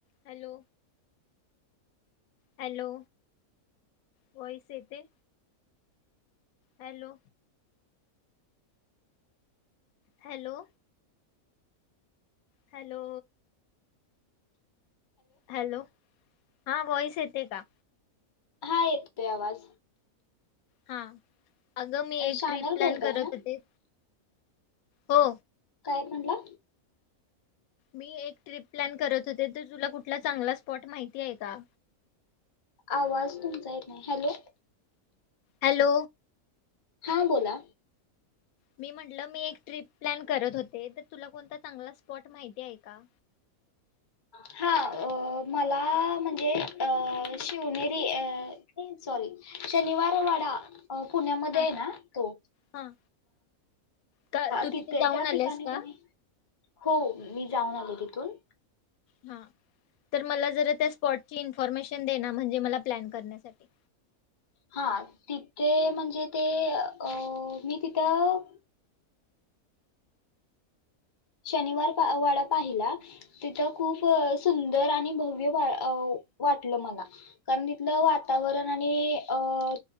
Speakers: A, on the left; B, on the left.
A: Hello hello voice येते? Hello hello hello hello हा voice येते का
B: हा येतेतोय आवाज
A: हा अगं मी एक
B: शानल
A: ट्रिप प्लॅन
B: बोलताय
A: करत
B: ना
A: होते. हो
B: काय म्हणला
A: मी एक ट्रिप प्लॅन करत होते तर तुला कुठला चांगलाच स्पॉट माहिती आहे का?
B: आवाज तुमचा नाही हॅलो
A: हॅलो
B: हां बोला
A: मी म्हटलं मी एक ट्रिप प्लॅन करत होते तर, तुला कोणता चांगला स्पॉट माहिती आहे का?
B: हा अ मला म्हणजे अ शिवनेरी अ सॉरी शनिवार वडा पुण्यामध्ये
A: हा
B: आहे ना तो
A: हा का तू
B: तिथे
A: जाऊन
B: त्या
A: आल्यास
B: ठिकाणी
A: का
B: तुम्ही हो मी जाऊन आले तिथून-
A: हा. तर मला जरा त्या स्पॉट- इन्फॉर्मेशन दे ना. म्हणजे मला प्लॅन करण्यासाठी.
B: हा. तिथे- म्हणजे ते अ मी तिथं- शनिवार वाडा पाहिला. तिथं खूप सुंदर आणि भव्य वाटलं मला कारण तिथलं वातावरण आणि अं